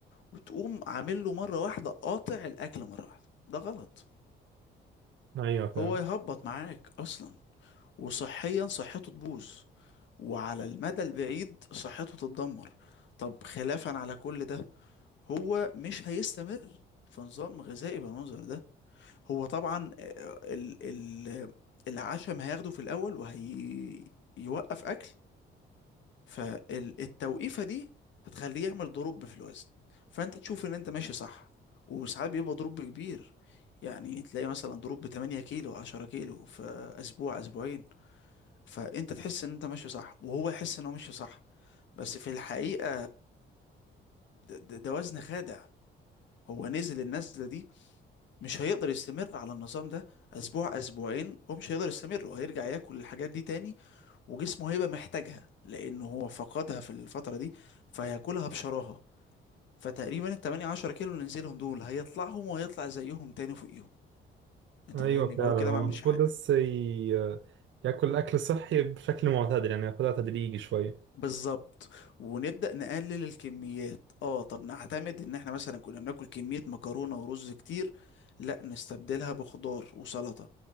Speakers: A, on the left; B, on the right.
A: وتقوم عامل له مرة واحدة قاطع الأكل مرة واحدة ده غلط
B: أيوه فعلا
A: هو يهبط معاك أصلا وصحيا صحته تبوظ وعلى المدى البعيد صحته تتدمر طب خلافا على كل ده هو مش هيستمر في نظام غذائي بالمنظر ده هو طبعا آه، ال ال العشم هياخده في الاول وهيوقف اكل فالتوقيفه دي هتخليه يعمل دروب في الوزن فانت تشوف ان انت ماشي صح وساعات بيبقى دروب كبير يعني تلاقي مثلا دروب 8 كيلو 10 كيلو في اسبوع اسبوعين فانت تحس ان انت ماشي صح وهو يحس ان هو ماشي صح بس في الحقيقه ده, ده ده وزن خادع هو نزل النزله دي مش هيقدر يستمر على النظام ده اسبوع اسبوعين ومش هيقدر يستمر وهيرجع ياكل الحاجات دي تاني وجسمه هيبقى محتاجها لانه هو فقدها في الفترة دي فهياكلها بشراهة فتقريبا ال 8 10 كيلو اللي نزلهم دول هيطلعهم وهيطلع زيهم تاني فوقيهم انت
B: أيوه
A: فاهمني يبقى
B: فعلا
A: هو كده
B: هو
A: ما
B: المفروض
A: عملش حاجة
B: بس ي- ياكل أكل صحي بشكل معتدل يعني ياخدها تدريجي شوية
A: بالظبط ونبدأ نقلل الكميات اه طب نعتمد ان احنا مثلا كنا بناكل كمية مكرونة ورز كتير لا نستبدلها بخضار وسلطة